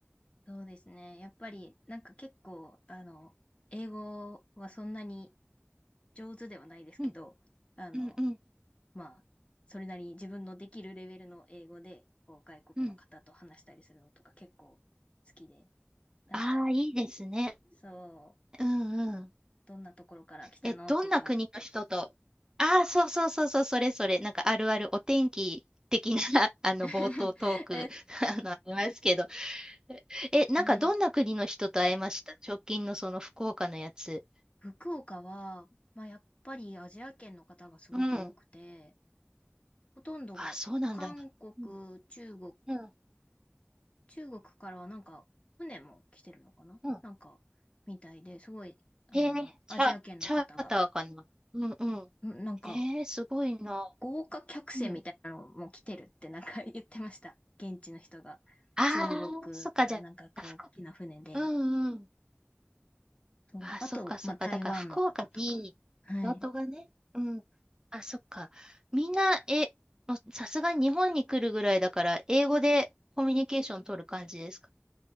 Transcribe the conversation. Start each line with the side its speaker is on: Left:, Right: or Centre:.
Left: そうですね。やっぱり、なんか結構、あの、英語はそんなに上手ではないですけど、
Right: うん、
Left: あの、
Right: うん、うん、
Left: まあ、それなりに自分のできるレベルの英語で、こう、外国の方と話したりするのとか結構好きで、
Right: うん。
Left: なんか、
Right: ああ、いいですね。
Left: そう、
Right: うん、うん。
Left: どんなところから来たのとか。
Right: え、どんな国の人と、ああ、そうそうそうそう、それそれ、なんかあるあるお天気的な <laughs> あの、
Left: <laughs>
Right: 冒頭トーク <laughs> あの、ありますけど。え、なんかどんな国の人と会えました直近のその福岡のやつ。
Left: ね、福岡は、まあ、やっぱりアジア圏の方がすごく多くて、
Right: うん。
Left: ほとんどが韓国、
Right: あ、そうなんだ。うん、
Left: 中国、
Right: うん、
Left: 中国からはなんか船も来てるのかななんか、
Right: うん。
Left: みたいで、すごい、あの、
Right: へえ、
Left: アジア圏の方が、
Right: チャ、チャーターかな。うん、うん。
Left: んなんか、
Right: えー、すごいな。
Left: 豪華客船みたいなのも来てるってなんか
Right: うん。
Left: <laughs> 言ってました。現地の人が。
Right: ああ、
Left: 中国からなんかこう、
Right: そっか、じゃあ、福、
Left: 大きな船で。
Right: うん、うん。
Left: そう。
Right: あ、
Left: あと、
Right: そっかそっか。
Left: まあ、台湾の方とか。
Right: だから福岡に、
Left: はい。
Right: 港がね、うん。あ、そっか。みんな、え、もうさすがに日本に来るぐらいだから、英語でコミュニケーション取る感じですか